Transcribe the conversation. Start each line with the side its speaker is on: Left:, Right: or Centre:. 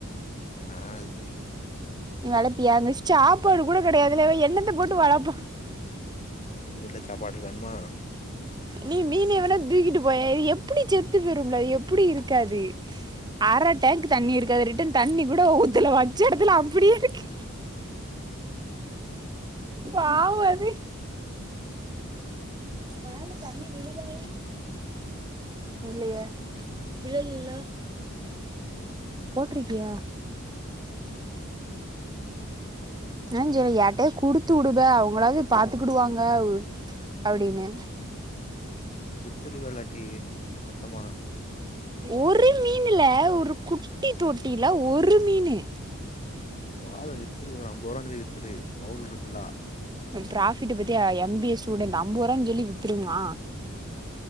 Left: ஏ நா எதுக்கு
Right: நீ வளப்பியா இந்த சாப்பாடு கூட கடையாதுல்ல எண்ணத்த போட்டு வளப்பா
Left: எங்க வீட்ல சாப்பாடு வேணுமா
Right: நீ மீன வேனா தூக்கிட்டு போய எப்படி செத்து போய்ரும்பல எப்படி இருக்காது அர டங்க் தண்ணி இருக்கு அது ரிட்டன் தண்ணி கூட ஊத்துல வச்ச எடத்துல அப்டியே இருக்கு பாவோ அது
Left: <inaudible>
Right: மேல தண்ணி விழுதா இல்லய விழலல்லா போட்ருக்கியா
Left: <inaudible>
Right: ஆ சரி யார்ட்டயாது குடுத்து உடுப அவங்களாவது பாத்துக்கிடுவாங்க அப்டின்ன
Left: வித்துருவ இல்லாட்டி மொத்தமா
Right: ஒரு மீனுல ஒரு குட்டி தொட்டில ஒரு மீனு
Left: போது வித்துரு ஒரு அம்போரூவான் சொல்லி வித்ரு பவுல் இருக்குல்லா
Right: ப்ராபிட் பத்தி எம்பிஎஸ் ஸ்டூடெண்ட் ஐம்பது ரூபா சொல்லி வி்த்துருவா